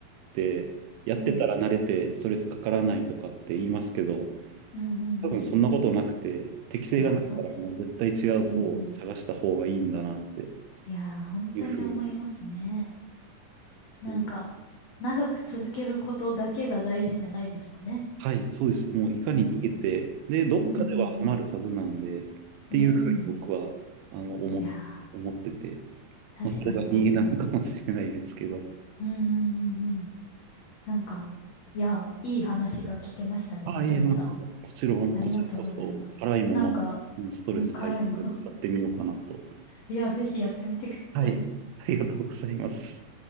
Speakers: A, on the right (about 85°); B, on the left (about 85°).
A: て、やってたら慣れてストレスかからないとかって言いますけど、
B: うん。うんうんうん。
A: 多分そんなことなくて、適性がないからもう絶対違う方を探した方がいいんだなって
B: いや、そうです。うんうん。いやー、本当に思いますね。
A: いうふうに。
B: なんか、
A: そう
B: 長く続けることだけが大事じゃないですもんね。
A: はい、そうです。もういかに逃げて、
B: うん。
A: で、どっかではハマるはずなんで、
B: うんうん
A: っていうふうに僕は、
B: うん。うん。
A: あの、思、
B: いや
A: 思ってて、
B: ー、
A: まあ、
B: 確かに確かに。
A: それが逃げなのかもしれないですけど。
B: うんうんうんうん。なんか、いや、いい話が聞けましたね。
A: <laughs> ああ、
B: めちゃめちゃ。
A: いえ、なんか、こちらは、
B: ありがとうございます。
A: こちらこそ、辛いもの、
B: なんか、
A: うんストレス解消で使ってみようかなと。
B: うん、辛いものいや、ぜひやってみてください。
A: はい、ありがとうございます。